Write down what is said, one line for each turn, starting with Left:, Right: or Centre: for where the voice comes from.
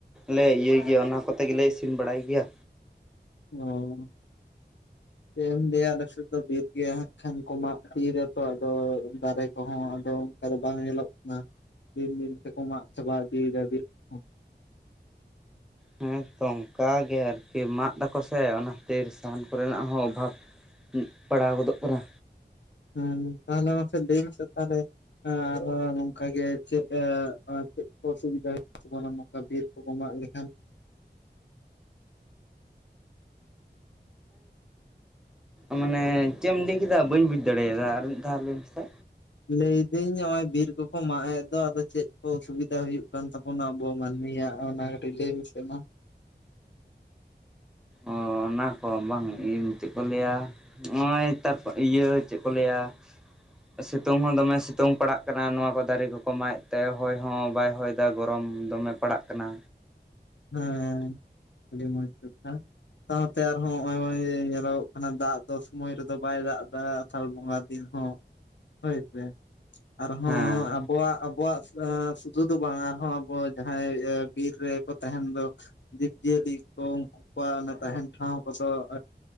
Centre: ᱞᱮ ᱤᱭᱟᱹᱭ ᱜᱮᱭᱟ ᱚᱱᱟ ᱠᱚᱛᱮ ᱜᱮᱞᱮ ᱤᱥᱤᱱ ᱵᱟᱲᱟᱭ ᱜᱮᱭᱟ᱾
Left: ᱚᱸᱻ᱾ ᱪᱮᱫ ᱮᱢ ᱞᱟᱭᱟ ᱟᱞᱮᱥᱮᱫ ᱫᱚ ᱵᱤᱨ ᱜᱮᱭᱟ ᱠᱷᱟᱱ ᱠᱚ ᱢᱟᱜ ᱵᱤᱨ ᱨᱮᱛᱚ ᱟᱫᱚ ᱫᱟᱨᱮ ᱠᱚᱦᱚᱸ ᱟᱫᱚᱼᱼ ᱟᱫᱚ ᱵᱟᱝ ᱧᱮᱞᱚᱜ ᱠᱟᱱᱟ ᱫᱤᱱ ᱫᱤᱱ ᱛᱮᱠᱚ ᱢᱟᱜ ᱪᱟᱵᱟ ᱤᱫᱤᱭᱮᱫᱟ ᱵᱤᱨ᱾ ᱠᱚᱦᱚᱸ
Centre: ᱦᱮᱸ ᱛᱚ ᱚᱱᱠᱟ ᱜᱮ ᱟᱨᱠᱤ ᱢᱟᱜ ᱮᱫᱟᱠᱚ ᱥᱮ ᱚᱱᱟ ᱠᱷᱟᱹᱛᱤᱨ ᱥᱟᱦᱟᱱ ᱠᱚᱨᱮᱱᱟᱜ ᱦᱚᱸ ᱚᱵᱷᱟᱵᱽ᱾ ᱦᱩᱸ ᱯᱟᱲᱟᱣ ᱜᱚᱫᱚᱜ ᱠᱟᱱᱟ᱾
Left: ᱦᱮᱸ ᱛᱟᱦᱚᱞᱮ ᱢᱟ ᱞᱟᱹᱭᱢᱥ ᱛᱟᱦᱚᱞᱮ <inaudible> ᱟᱨᱦᱚᱸ ᱱᱚᱝᱠᱟ ᱜᱮ ᱪᱮᱫ ᱪᱮᱫ ᱚᱥᱩᱵᱤᱫᱟ ᱦᱩᱭᱩᱜ ᱛᱟᱵᱚᱱᱟ ᱱᱚᱝᱠᱟ ᱵᱤᱨ᱾ ᱠᱚ ᱢᱟᱜ ᱞᱮᱠᱷᱟᱱᱼᱼ
Centre: ᱢᱟᱱᱮ ᱪᱮᱫ ᱮᱢ ᱞᱟᱹᱭ ᱠᱮᱫᱟ ᱵᱟᱹᱧ ᱵᱩᱡ ᱫᱟᱲᱮᱭᱟᱫᱟ ᱟᱨ ᱢᱤᱫ ᱫᱷᱟᱣ ᱞᱟᱹᱭ ᱢᱮᱥᱮ?
Left: ᱞᱟᱹᱭᱫᱟᱹᱧ ᱱᱚᱜ-ᱚᱭ ᱵᱤᱨ ᱠᱚᱠᱚ ᱢᱟᱜ ᱮᱫ ᱫᱚ ᱟᱫᱚ ᱪᱮᱫ ᱠᱚ ᱚᱥᱩᱵᱤᱫᱟ ᱦᱩᱭᱩᱜ ᱠᱟᱱ ᱛᱟᱼᱼ ᱚᱱᱟ ᱵᱚ ᱢᱟᱹᱱᱢᱤ ᱚᱱᱟ ᱠᱟᱴᱤᱡ ᱞᱟᱹᱭ ᱢᱮᱥᱮ ᱢᱟ?
Centre: ᱚ ᱚᱱᱟ ᱠᱚ ᱵᱟᱝ ᱪᱮᱫ ᱠᱚ ᱞᱟᱹᱭᱟ? ᱱᱚᱜ-ᱚᱭ ᱛᱟᱨᱯᱚᱨ ᱤᱭᱟᱹ ᱪᱮᱫ ᱠᱚ ᱞᱟᱹᱭᱟ? ᱥᱤᱛᱩᱝ ᱦᱚᱸ ᱫᱚᱢᱮ ᱥᱤᱛᱩᱝ ᱯᱟᱲᱟᱜ ᱠᱟᱱᱟ ᱱᱚᱣᱟ ᱠᱚ ᱫᱟᱨᱮ ᱠᱚᱠᱚ ᱢᱟᱜ ᱛᱮ ᱦᱚᱭ ᱦᱚᱸ ᱵᱟᱭ ᱦᱚᱭᱼᱼ ᱮᱫᱟ ᱜᱚᱨᱚᱢ ᱫᱚᱢᱮ ᱯᱟᱲᱟᱜ ᱠᱟᱱᱟ᱾
Left: ᱦᱮᱸ ᱟᱹᱰᱤ ᱢᱚᱡᱽ ᱠᱟᱛᱷᱟ᱾ ᱥᱟᱶᱛᱮ ᱟᱨᱦᱚᱸ ᱱᱚᱜᱼᱚᱭ ᱧᱮᱞᱚᱜᱚᱜ ᱠᱟᱱᱟ ᱫᱟᱜ ᱫᱚ ᱥᱩᱢᱚᱭ ᱨᱮᱫᱚ ᱵᱟᱭ ᱫᱟᱜ ᱫᱟ ᱯᱷᱟᱞ ᱵᱚᱸᱜᱟ ᱫᱤᱱ ᱦᱚᱸ ᱦᱚᱭ ᱥᱮ ᱟᱨᱦᱚᱸ
Centre: ᱦᱮᱸ
Left: ᱟᱵᱚᱣᱟᱜᱼᱼ ᱟᱵᱚᱣᱟᱜ ᱮ ᱥᱩᱫᱷᱩ ᱫᱚ ᱵᱟᱝ ᱟᱨᱦᱚᱸ ᱟᱵᱚ ᱡᱟᱦᱟᱸᱭ ᱵᱤᱨ ᱨᱮ ᱛᱟᱦᱮᱱ ᱫᱚ ᱡᱤᱵᱽ-ᱡᱤᱭᱟᱹᱞᱤ ᱠᱚ ᱩᱱᱠᱩ ᱠᱚᱣᱟᱜ ᱛᱟᱦᱮᱱ ᱴᱷᱟᱶ ᱠᱚᱫᱚ